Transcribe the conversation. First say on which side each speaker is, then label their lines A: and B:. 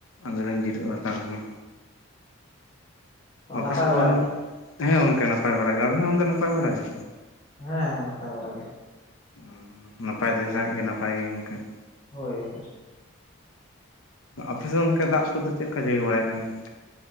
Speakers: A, on the left; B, on the left.
A: ᱟᱞᱮᱨᱮᱱ ᱡᱤᱨᱟᱹᱜ ᱦᱟᱛᱟᱲ ᱠᱟᱱᱟ,
B: ᱛᱚ
A: ᱟᱯᱮ
B: ᱱᱟᱯᱟᱭ
A: ᱥᱮᱫ
B: ᱵᱟᱲᱟ
A: ᱫᱚ?
B: ᱜᱮ
A: ᱦᱮᱸ ᱜᱚᱢᱮᱠ ᱱᱟᱯᱟᱭ ᱵᱟᱲᱟ ᱜᱮ, ᱟᱵᱤᱱ ᱦᱚᱸ ᱚᱱᱠᱟ ᱱᱟᱯᱟᱭ ᱵᱟᱲᱟ ᱜᱮ?
B: ᱦᱮᱸ ᱦᱮᱸᱱᱟᱯᱟᱭ ᱵᱟᱲᱟ ᱜᱮ ᱾
A: ᱟᱸ-ᱟᱸ, ᱱᱟᱯᱟᱭ ᱛᱟᱦᱮᱸ ᱞᱮᱱ ᱠᱷᱟ ᱱᱟᱯᱟᱭ ᱜᱮ ᱜᱚᱝᱠᱮ ᱾
B: ᱦᱳᱭᱭ-ᱥᱩᱸᱡ ᱾
A: ᱟᱯᱮ ᱥᱮᱫ ᱚᱱᱠᱟ ᱫᱟᱜ ᱠᱚᱫᱚ ᱪᱮᱫᱞᱮᱠᱟ ᱡᱟᱹᱲᱤ ᱵᱟᱲᱟᱭᱮᱫ ᱠᱟᱱ ᱜᱮᱭ?